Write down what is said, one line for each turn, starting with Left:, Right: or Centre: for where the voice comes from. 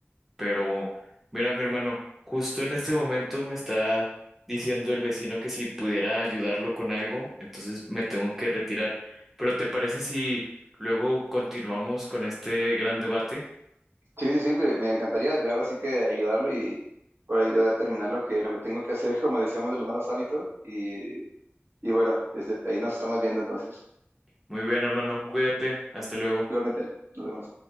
Centre: Pero mira, mi hermano, justo en este momento me está diciendo el vecino que si pudiera ayudarlo con algo, entonces me tengo que retirar. Pero ¿te parece si luego continuamos con este gran debate?
Right: Sí, sí, sí, me, me encantaría ver ahora sí que ayudarlo y para ayudar a terminar lo que, lo que tengo que hacer, <laughs> como decíamos, de los malos hábitos y, y bueno, este, ahí nos estamos viendo entonces.
Centre: Muy bien, hermano, cuídate, hasta luego.
Right: Igualmente, nos vemos.